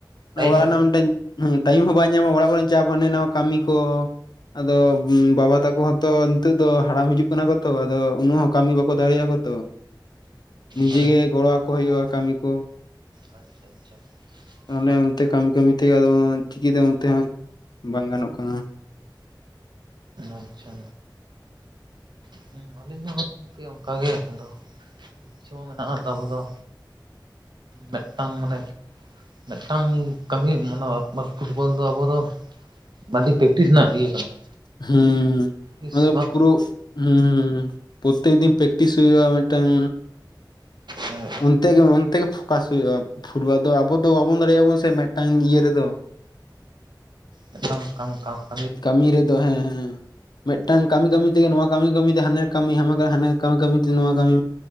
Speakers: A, on the right; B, on the left.
A: ᱴᱟᱭᱤᱢ
B: ᱚᱲᱟᱜ
A: ᱮᱢ
B: ᱨᱮᱱᱟᱜ ᱢᱤᱫᱴᱟᱹᱧᱼᱼ ᱴᱟᱭᱤᱢ ᱦᱚᱸ ᱵᱟᱭ ᱧᱟᱢᱚᱜᱟ ᱚᱲᱟᱜ ᱠᱚᱨᱮ ᱪᱟᱯ ᱦᱟᱱᱟ ᱱᱟᱣᱟ ᱠᱟᱹᱢᱤ ᱠᱚ ᱟᱫᱚ ᱵᱟᱵᱟ ᱛᱟᱠᱚ ᱦᱚᱸᱼᱼ ᱛᱚ ᱱᱤᱛᱚᱜ ᱫᱚ ᱦᱟᱲᱟᱢ ᱦᱤᱡᱩᱜ ᱠᱟᱱᱟ ᱠᱚᱛᱚ ᱟᱫᱚ ᱩᱱᱟᱹᱜ ᱦᱚᱸ ᱠᱟᱹᱢᱤ ᱵᱟᱠᱚ ᱫᱟᱲᱮᱭᱟᱜᱼᱟ ᱠᱚᱛᱚ᱾ ᱱᱤᱡᱮ
A: ᱢᱟᱱᱮ
B: ᱜᱮ ᱜᱚᱲᱚᱣᱟᱠᱚ ᱦᱩᱭᱩᱜᱼᱟ ᱠᱟᱹᱢᱤ ᱠᱚ᱾
A: ᱟᱪᱪᱷᱟ ᱟᱪᱪᱷᱟ᱾
B: ᱛᱟᱦᱚᱞᱮ
A: ᱚᱱᱟ
B: ᱚᱱᱛᱮ ᱠᱟᱹᱢᱤ ᱠᱟᱹᱢᱤ ᱛᱮᱜᱮ ᱟᱫᱚ ᱪᱤᱠᱤᱛᱮ ᱚᱱᱛᱮ ᱦᱚᱸ ᱵᱟᱝ ᱜᱟᱱᱚᱜ ᱠᱟᱱᱟ᱾
A: ᱟᱪᱪᱷᱟ ᱦᱮᱸ ᱟᱹᱞᱤᱧ ᱦᱚᱸ ᱜᱚᱢᱠᱮ ᱚᱱᱠᱟᱜ ᱜᱮ ᱫᱚ ᱤᱪᱪᱷᱟᱹ ᱢᱟ ᱢᱮᱱᱟᱜ ᱟᱵᱚ ᱫᱚ᱾ ᱢᱤᱫᱴᱟᱝ ᱢᱟᱱᱮᱼᱼ ᱢᱤᱫᱴᱟᱝ ᱠᱟᱹᱢᱤ ᱚᱱᱟ ᱟᱨ ᱯᱷᱩᱴᱵᱚᱞ ᱫᱚ ᱟᱵᱚ ᱫᱚ ᱟᱹᱰᱤ ᱯᱮᱠᱴᱤᱥ ᱨᱮᱱᱟᱜ ᱤᱭᱟᱹ ᱠᱟᱱᱟ᱾
B: ᱦᱩᱸᱻ
A: ᱛᱤᱥ
B: ᱢᱟᱱᱮ
A: ᱵᱟᱝ
B: ᱯᱩᱨᱟᱹ ᱦᱩᱸ ᱯᱨᱚᱛᱮᱠ ᱫᱤᱱ ᱯᱮᱠᱼᱼ ᱴᱤᱥ ᱦᱩᱭᱩᱜᱼᱟ ᱢᱤᱫᱴᱟᱝᱼᱼ
A: ᱦᱮᱸ <inaudible>
B: ᱚᱱᱛᱮ ᱜᱮ ᱚᱱᱛᱮ ᱜᱮ ᱯᱷᱳᱠᱟᱥ ᱦᱩᱭᱩᱜᱼᱟ ᱯᱷᱩᱴᱵᱚᱞ ᱫᱚ ᱟᱵᱚ ᱫᱚ ᱵᱟᱵᱚᱱ ᱫᱟᱲᱮᱭᱟᱜ ᱟᱵᱚᱱ ᱥᱮ ᱢᱤᱫᱴᱟᱝ ᱤᱭᱟᱹ ᱨᱮᱫᱚ᱾
A: ᱢᱤᱫ ᱠᱟᱝᱠᱟ ᱚᱱᱠᱟ <inaudible>
B: ᱠᱟᱹᱢᱤ ᱨᱮᱫᱚ ᱦᱮᱸ ᱦᱮᱸ᱾ ᱢᱤᱫᱴᱟᱝ ᱠᱟᱹᱢᱤ ᱠᱟᱹᱢᱤ ᱛᱮᱜᱮ ᱱᱚᱣᱟ ᱠᱟᱹᱢᱤ ᱠᱟᱹᱢᱤᱛᱮ ᱦᱟᱱᱟ ᱠᱟᱹᱢᱤ ᱦᱟᱢ ᱦᱟᱱ ᱠᱟᱹᱢᱤ ᱠᱟᱹᱢᱤᱛᱮ ᱱᱚᱣᱟ ᱠᱟᱹᱢᱤ᱾